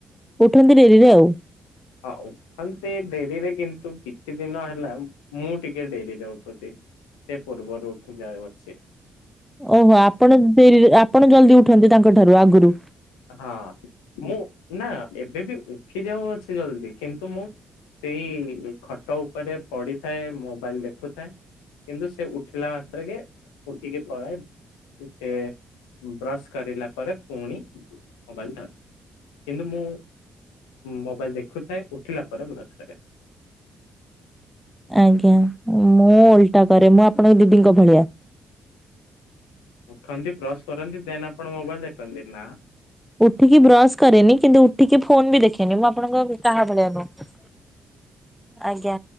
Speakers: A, in the centre; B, on the left.
A: ଉଠନ୍ତି ଡେରିରେ ଆଉ।
B: ଆଉ ହଁ ସେ ଡେରିରେ କିନ୍ତୁ କିଛି ଦିନ ହେଲା ମୁଁ ଟିକେ ଡେରିରେ ଉଠୁଚି। ସେ ପୂର୍ବରୁ ଉଠିକି ଆଉ ଅଛି।
A: ଓହୋ ଆପଣ ଡେରିରେ ଆପଣ ଜଲଦି ଉଠନ୍ତି ତାଙ୍କ ଠାରୁ ଆଗୁରୁ।
B: ହଁ ମୁଁ ନା ଏବେ ବି ଉଠି ଯାଉଅଛି ଜଲଦି କିନ୍ତୁ ମୁଁ ସେଇ ଖଟ ଉପରେ ପଡିଥାଏ ମୋବାଇଲ ଦେଖୁଥାଏ। କିନ୍ତୁ ସେ ଉଠିଲା ମାତ୍ରେକେ ଉଠିକି ପଳାଏ। ସେ ବ୍ରସ କରିଲା ପରେ ପୁଣି ମୋବାଇଲ ଧରେ। କିନ୍ତୁ ମୁଁ ମୋବାଇଲ ଦେଖୁଥାଏ ଉଠିଲା ପରେ ବ୍ରସ୍ କରେ।
A: ଆଜ୍ଞା ମୁଁ ଓଲଟା କରେ ମୁଁ ଆପଣଙ୍କ ଦିଦିଙ୍କ ଭଳିଆ।
B: ଉଠନ୍ତି ବ୍ରସ କରନ୍ତି ଦେନ୍ ଆପଣ ମୋବାଇଲ ଦେଖନ୍ତି ନା?
A: ଉଠିକି ବ୍ରସ କରେନି କିନ୍ତୁ ଉଠିକି ଫୋନ ବି ଦେଖେନି ମୁଁ ଆପଣଙ୍କ କାହା ଭଳିଆ ନୁଅଁ। ଆଜ୍ଞା